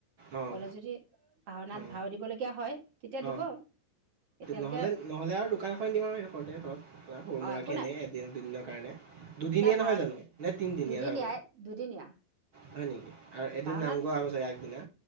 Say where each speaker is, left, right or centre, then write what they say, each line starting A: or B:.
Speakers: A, on the right (about 85°); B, on the right (about 50°).
A: অঁ অঁ
B: ক'লে যদি ভাওনাত
A: অঁ।
B: ভাও দিবলগীয়া হয়। তেতিয়া
A: অ',
B: দিব এতিয়ালৈকে।
A: নহ'লে নহ'লে আৰু দোকান এখন দিম আৰু সেই দখৰতে ধৰক সৰু
B: অ',
A: মুৰাকে
B: একো নাই
A: এনেয়ে এদিন দুদিনৰ কাৰণে। দুদিনীয়া
B: নাই
A: নহয়
B: ভাও
A: জানো, নে তিনিদিনীয়া
B: দুদিনীয়াই
A: হব
B: দুদিনীয়া
A: হয় নেকি আৰু এদিন
B: ভাওনাত
A: নাম গোৱা হব চাগে আগদিনা।